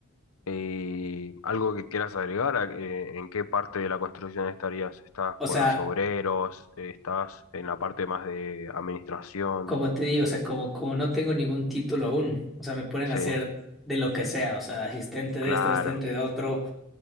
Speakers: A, on the left (about 75°); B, in the centre.
A: ¿Y algo que quieras agregar? a- eh, ¿En qué parte de la construcción estarías? ¿Estás
B: o
A: con
B: sea,
A: los obreros? Eh, ¿Estás en la parte más de administración?
B: como te digo, o sea, como, como no tengo ningún título aún, o sea, me ponen
A: Sí,
B: a hacer de lo que sea, o sea, asistente de
A: claro,
B: esto, asistente de otro.